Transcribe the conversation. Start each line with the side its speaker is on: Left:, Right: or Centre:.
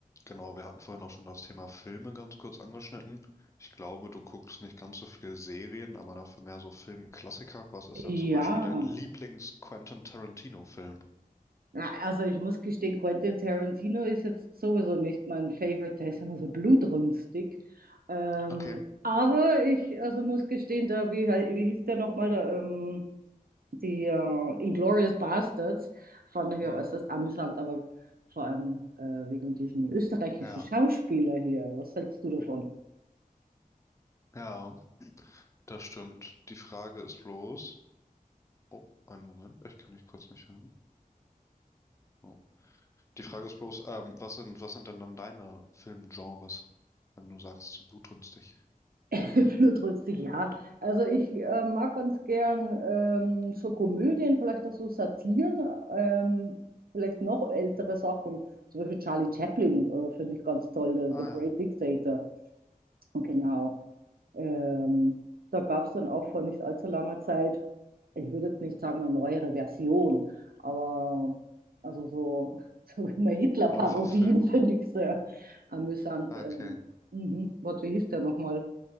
Left: Genau, wir hatten vorhin auch schon das Thema Filme ganz kurz angeschnitten. Ich glaube, du guckst nicht ganz so viele Serien, aber dafür mehr so Filmklassiker. Was ist
Right: Ja,
Left: denn zum Beispiel dein Lieblings-Quentin Tarantino-Film?
Right: na, also ich muss gestehen, Quentin Tarantino ist jetzt sowieso nicht mein Favorite, der ist immer so blutrünstig. Ähm,
Left: Okay.
Right: aber ich also muss gestehen, da, wie, hei- wie hieß der nochmal, da, ähm, die äh, Inglourious Basterds, fand ich ja
Left: Mhm.
Right: äußerst amüsant, aber vor allem äh, wegen diesem österreichischen
Left: Ja,
Right: Schauspieler hier. Was hältst du davon?
Left: ja, das stimmt. Die Frage ist bloß. Oh, einen Moment, ich kann dich kurz nicht hören. Oh. Die Frage ist bloß, ähm, was sind, was sind denn dann deine Filmgenres, wenn du sagst, zu blutrünstig?
Right: <laughs> Blutrünstig, ja. Also ich äh, mag ganz gern ähm, so Komödien, vielleicht auch so Satiren, ähm, vielleicht noch ältere Sachen. Zum Beispiel Charlie Chaplin äh, finde ich ganz toll, äh,
Left: Ah
Right: The
Left: ja.
Right: Great Dictator. Und genau. Ähm, da gab es dann auch vor nicht allzu langer Zeit, ich würde jetzt nicht sagen eine neuere Version, aber also so, <laughs> so immer Hitler-Parodien
Left: Neuverfilmung.
Right: <laughs> finde ich sehr amüsant.
Left: Ah,
Right: Ähm,
Left: Okay.
Right: mhm. Warte, wie hieß der nochmal?